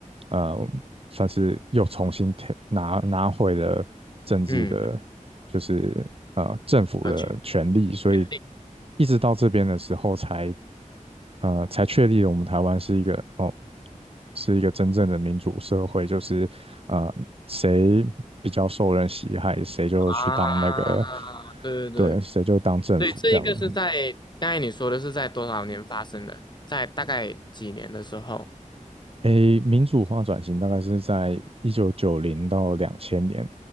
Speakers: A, on the right; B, on the left.
A: 呃算是又重新填拿拿回了政治的，
B: 嗯，
A: 就是呃政府的权利，
B: 呃，确
A: 所以
B: 定
A: 一直到这边的时候才呃才确立了我们台湾是一个哦是一个真正的民主社会，就是呃谁比较受人喜爱，谁就去当那个
B: 啊，对对对，
A: 对，谁就当政府这样子。
B: 所以这一个是在刚才你说的是在多少年发生的，在大概几年的时候，
A: 诶，民主化转型大概是在一九九零到两千年，